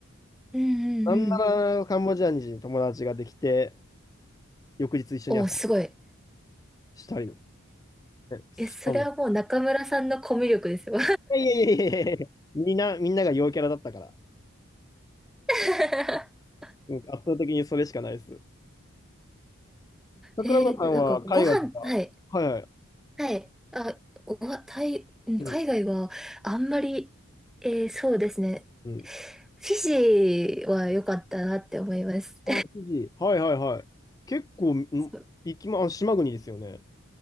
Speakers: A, in the centre; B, on the left.
A: うんうんうん。
B: なんならカンボジアに友達ができて、翌日一緒に遊んだり
A: お、すごい。
B: したり、ね、したの。
A: え、それはもう中村さんのコミュ力ですよ。
B: いやいやいやいやいや、みんな、みんなが陽キャラだったから、
A: <laughs>
B: うん圧倒的にそれしかないです。桜子さんは海外とか、
A: えー、なんかご飯、はい、
B: はいはい、
A: はい。あ、ご飯、タイ、うん海外はあんまり、
B: うん、
A: えー、そうですね。
B: うん。
A: フィジーは良かったなって思います。
B: あ、富士。はいはいはい。結構、ん、
A: <laughs>
B: 行きま、あ、島国ですよね。